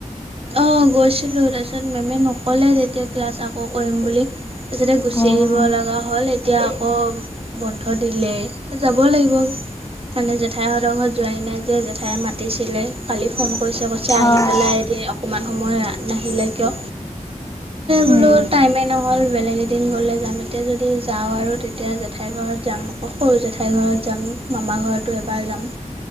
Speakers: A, on the right (about 45°); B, on the left (about 25°).
A: অ, গৈছিলো তাৰপিছত মেমে নকলে তেতিয়া ক্লাছ আকৌ কৰিম বুলি। তাৰপিছতে গুচি
B: অ',
A: আহিব লগা হ'ল এতিয়া আকৌ বন্ধ দিলেই, যাব লাগিব। মানে জেঠাই হতৰ ঘৰত যোৱাই নাই যে, জেঠায়ে মাতিছিলে কালি ফোন কৰিছে। কৈ ছে আহি
B: হয়।
A: পেলাই এদিন অকণমান সময় নাহিলে কিয়?
B: উম
A: বোলো টাইমেই নহ'ল বেলেগ এদিন গ'লে যাম এতিয়া যদি যাওঁ আৰু তেতিয়া জেঠাই ঘৰত যাম। সৰু জেঠাইৰ ঘৰত যাম মামা ঘৰতো এবাৰ যাম।